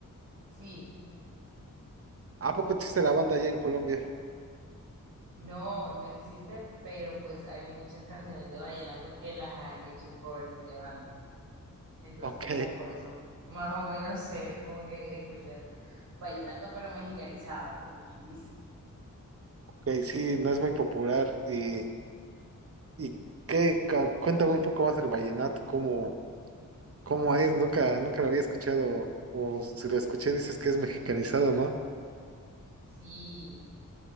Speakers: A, on the right; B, on the right.
A: Sí,
B: ¿A poco existe la banda allá en Colombia?
A: no, no existe, pero pues hay muchas canciones de vallenato que las han hecho covers de banda. Entonces,
B: Ok,
A: como por eso, más o menos <laughs> sé, es como que escuchas vallenato pero mexicanizado, como quien dice.
B: ok, sí, no es muy popular. Y, y qué, Cu- cuéntame un poco más del vallenato, cómo, cómo es, nunca, nunca lo había escuchado, o si lo escuché dices que es mexicanizado, ¿no?
A: Sí,